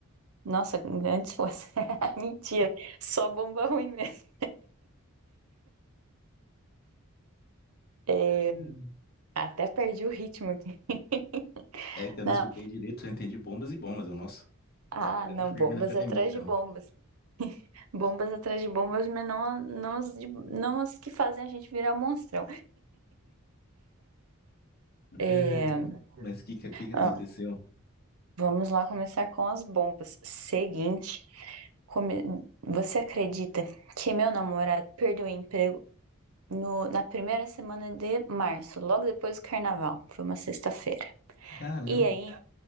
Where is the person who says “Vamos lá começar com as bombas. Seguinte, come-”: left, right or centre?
Right